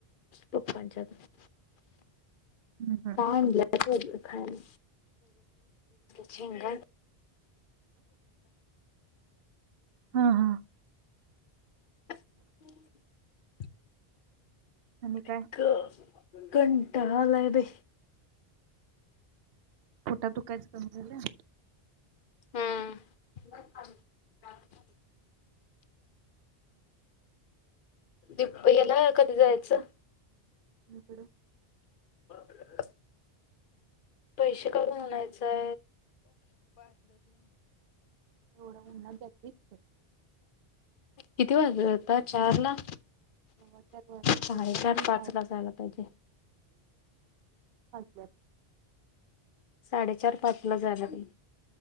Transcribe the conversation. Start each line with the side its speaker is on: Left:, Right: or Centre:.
Left: पप्पांकडेच आहेत.
Right: हम्म हम्म
Left: काय झालं? शेंग खाय.
Right: हा हा
Left: <inaudible>
Right: आणि
Left: एक.
Right: काय
Left: घंटा लावून दे.
Right: फोटोत तू काहीच कमी झालेला नाहीस.
Left: हम्म... ! दप याला कधी जायचं?
Right: इकडे.
Left: पार्लरला पैसे किती द्यायचे?
Right: एवढ्या उन्हात घटलीच.
Left: किती वाजता? चार वा
Right: सव्वा चार वा सव्वा
Left: साडेचार-पाचला
Right: तीन वा
Left: जायला पाहिजे.
Right: ब.
Left: मी साडेचार ते पाचला जाणार आहे.